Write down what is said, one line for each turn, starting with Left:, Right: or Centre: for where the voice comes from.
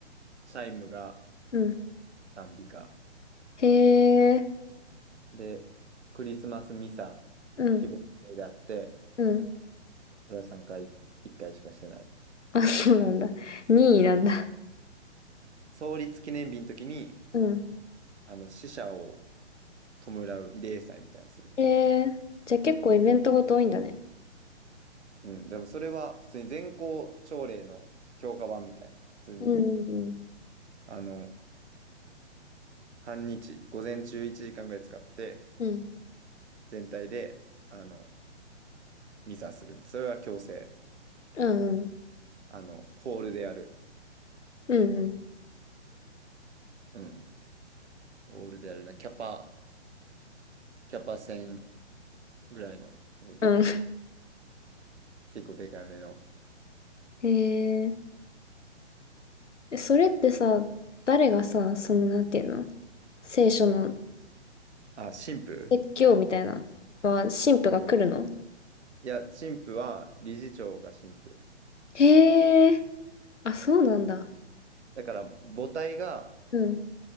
Right: チャイムが
Left: うん。
Right: 賛美歌。
Left: へえ。
Right: で、クリスマスミサ、
Left: うん。
Right: 希望祭であって、
Left: うん。<laughs>
Right: 俺は3回、1回しかしてない。
Left: あ、そうなんだ。2位なんだ。
Right: 創立記念日の時に、
Left: うん。
Right: あの、死者を弔う慰霊祭みたいにする。
Left: へえ。じゃあ結構イベントごと多いんだね。
Right: うん、でもそれは普通に全校朝礼の強化版みたいな、普通に
Left: うん。
Right: あの、半日、午前中1時間ぐらい使って、
Left: うん。うん。
Right: 全体で、あの、ミサする。それは強制。
Left: うん。うん。
Right: あの、ホールでやる。
Left: うんうん
Right: うん。ホールでやるな。キャパ、キャパ1000ぐらいのホール。
Left: うん
Right: 結構でかいめの。
Left: <laughs> へえ。えそれってさ、誰がさ、その、なんていうの聖書の
Right: あ、神父
Left: 説教みたいなのは、神父が来るの
Right: いや、神父は理事長が神父。
Left: へえ。あ、そうなんだ。
Right: だから、母体が、
Left: うん。